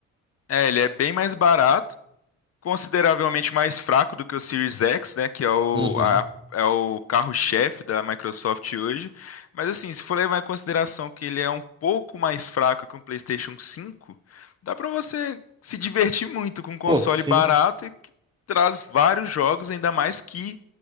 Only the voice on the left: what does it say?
É, ele é bem mais barato, consideravelmente mais fraco do que o Series X, né, que é o,
a- é o carro-chefe da Microsoft hoje. Mas assim, se for levar em consideração que ele é um pouco mais fraco que um PlayStation 5, dá para você se divertir muito com um console
barato e que traz vários jogos, ainda mais que